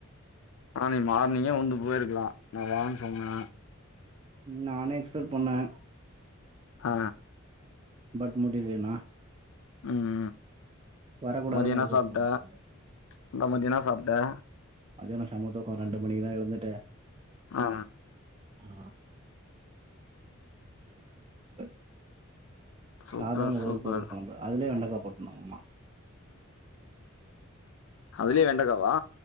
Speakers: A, on the left; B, on the right.
A: ஆனா நீ மார்னிங்கே வந்து போயிருக்கலாம் நா வான்னு சொன்ன
B: நானே எக்ஸ்பெட் பண்ண
A: ஆ
B: பட் முடிலேனா
A: உம்
B: வரக்கூடாதுன்னு
A: மதியம் என்ன
B: எழுதி
A: சாப்ட்ட
B: வச்சிருக்க மாட்டேன்
A: அதா மதியம் என்னா சாப்ட்ட
B: மத்தியானம் செம தூக்கம் ரெண்டு மணிக்கு தான் எழுந்துட்டு
A: ஆ
B: ஆ <unintelligible>
A: சூப்பர்
B: சாதம்
A: சூப்பர்
B: <unintelligible> பருப்பு குழம்பு அதுலயே வெண்டைக்கா போட்ருந்தாங்க அம்மா
A: அதுலே வெண்டக்காவா